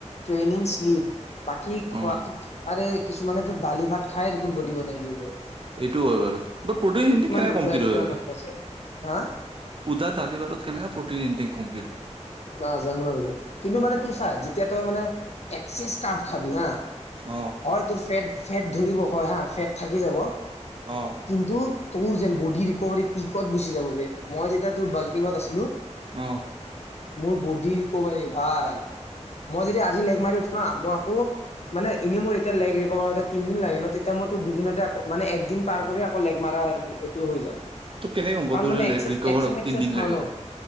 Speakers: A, on the left (about 60°); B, on the right (about 45°).
A: ট্ৰিনিং শ্লিপ বাকী
B: অ
A: খোৱাটো আৰে কিছু কিমানে তো দালি ভাত খাই দেখোন বডী বনাই দিয়েগে।
B: সেইটোও হয় বাৰু বাট প্ৰটিন ইনটেকটো কেনে
A: দুখীয়া
B: কমপ্লিট
A: দুখীয়া
B: হয়
A: মানুহ আছে হা
B: সুধা দালি ভাতত কেনেকে? প্ৰটিন ইনটেক কম
A: নাজানো আৰু কিন্তু মানে তোৰ চাই যেতিয়া তই মানে এক্সেছ কাৰ্ভ খাবি হা
B: অ
A: হয় তোৰ ফেট ফেট ধৰিব অকল হা ফেট থাকি যাব
B: অ
A: কিন্ত তোৰ যেন বডী ৰিকভাৰী পিকত গুচি যাবগে মই যেতিয়া তোৰ বাল্কিঙত আছিলো?
B: অ
A: মোৰ বড ৰিকভাৰী ভাই মই যেতিয়া আজি লেগ মাৰি উঠো না মই আকৌ মানে এনেই মোৰ এতিয়া লেগ ৰিকভাৰ হওঁতে তিনদিন লাগে ন তেতিয়া মই তোৰ দুদিনতে আকৌ মানে একদি দিন পাৰ কৰি আকৌ লেগ মাৰা এইটো হৈ যাওঁ
B: তোক কেনেকে গম পাৱ
A: কাৰণ
B: তোৰ
A: মানে
B: যে লেগ
A: এক্সেছ
B: ৰিকভাৰত
A: এক্সেছ
B: তিনদিন
A: খাওঁ
B: লাগে
A: ন।